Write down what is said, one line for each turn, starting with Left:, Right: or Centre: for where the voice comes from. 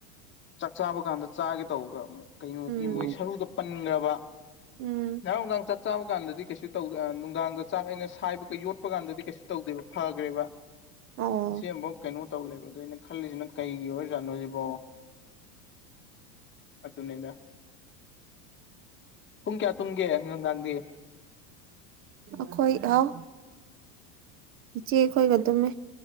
Left: ꯆꯥꯛ ꯆꯥꯕ ꯀꯥꯟꯗ ꯆꯥꯒꯦ ꯇꯧꯕꯒ ꯀꯩꯅꯣꯒꯤ
Right: ꯎꯝ
Left: ꯃꯣꯏ ꯁꯔꯨꯗ ꯄꯟꯈ꯭ꯔꯕ
Right: ꯎꯝ
Left: ꯅꯍꯥꯡ ꯅꯨꯡꯗꯥꯡ ꯆꯥꯛ ꯆꯥꯕ ꯀꯥꯟꯗꯗꯤ ꯀꯩꯁꯨ ꯇꯧꯗꯦ ꯅꯨꯡꯗꯥꯡꯗ ꯆꯥꯛ ꯑꯩꯅ ꯁꯥꯏꯕꯒꯩ ꯌꯣꯄ ꯀꯥꯟꯗꯗꯤ ꯀꯩꯁꯨ ꯇꯧꯗꯦꯕ ꯐꯈ꯭ꯔꯦꯕ
Right: ꯑꯣ
Left: ꯃꯁꯤ ꯑꯃꯨꯛ ꯀꯩꯅꯣ ꯇꯧ ꯂꯩꯕ ꯑꯗꯨꯏꯅꯦ ꯈꯜꯂꯤꯁꯤꯅ ꯀꯩꯒꯤ ꯑꯣꯏꯔꯖꯥꯠꯅꯣ ꯁꯤꯕꯣ ꯑꯗꯨꯅꯦꯗ ꯄꯨꯡ ꯀꯌꯥ ꯇꯨꯝꯒꯦ ꯅꯨꯡꯗꯥꯡꯗꯤ
Right: ꯑꯩꯈꯣꯏ ꯑꯥꯎ ꯏꯆꯦꯈꯣꯏꯒ ꯑꯗꯨꯝꯃꯦ